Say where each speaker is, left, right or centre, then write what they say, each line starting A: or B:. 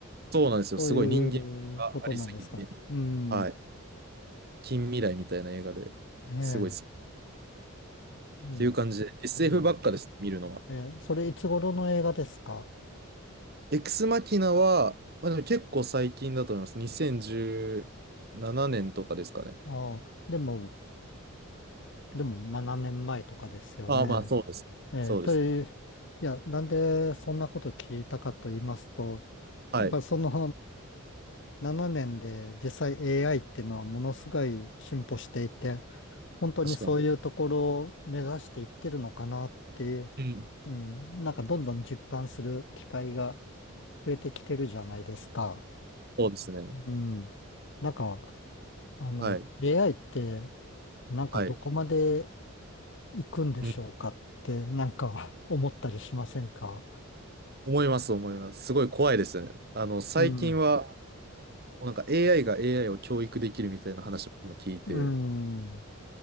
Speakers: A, on the right; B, on the left.
A: そうなんですよ。
B: そういうことなんですか。
A: すごい人間がありすぎて、
B: うん。
A: はい。近未来みたいな映画ですごい好き
B: ええ。うん。
A: っていう感じで、SF
B: うん。
A: ばっかです、見るのは。
B: ええ、それいつ頃の映画ですか
A: エクスマキナは、まあ、でも結構最近だと思います。2017年とかですかね。
B: ああ、でも、でも7年前とかですよね。
A: ああ、まあそうです。
B: ええ、
A: そうですね。
B: という、いや、なんでそんなこと聞いたかと言いますと、
A: はい。
B: やっぱその7年 <laughs> で実際 AI っていうのはものすごい進歩していて、本当にそういうところを目指していってるのかなって、
A: 確かに。うん。
B: うん、なんかどんどん実感する機会が増えてきてるじゃないですか。
A: そうですね。
B: うん。なんか、あの、
A: はい。
B: AI って、なんかどこまで
A: はい。
B: 行くんでしょうかって、
A: うん。
B: なんか <laughs> 思ったりしませんか
A: 思います、思います。すごい怖いですよね。あの、最近は、
B: うん。
A: なんか AI が AI を教育できるみたいな話も聞いて、
B: うん。